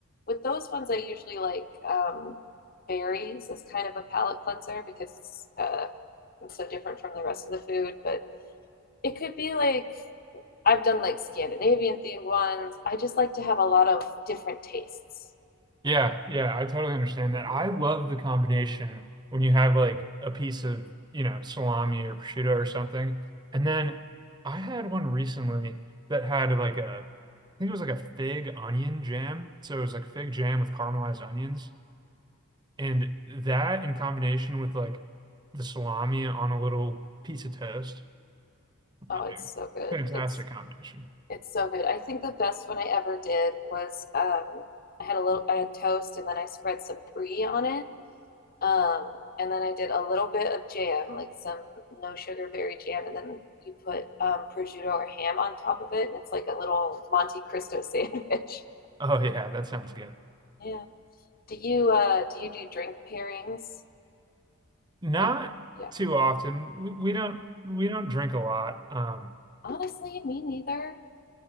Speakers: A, on the left; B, on the right.
A: with those ones, I usually like um, berries as kind of a palate cleanser because it's, uh, it's so different from the rest of the food. But it could be like I've done like Scandinavian themed ones. I just like to have a lot of different tastes.
B: Yeah, yeah, I totally understand that. I love the combination when you have like a piece of, you know, salami or prosciutto or something. And then I had one recently that had like a, I think it was like a fig onion jam. So it was like fig jam with caramelized onions. And that in combination with like the salami on a little piece of toast,
A: Oh,
B: eh,
A: it's
B: eh,
A: so good.
B: fantastic
A: It's
B: combination.
A: it's so good. I think the best one I ever did was um, I had a little I had toast and then I spread some brie on it Um, and then I did a little bit of jam, like some no sugar berry jam, and then you put um, prosciutto or ham on top of it, and it's like a little Monte Cristo <laughs> sandwich.
B: Oh yeah, that sounds good.
A: Yeah. Do you uh do you do drink pairings
B: Not
A: with? Yeah.
B: too often. We, we don't we don't drink a lot. Um,
A: Honestly, me neither.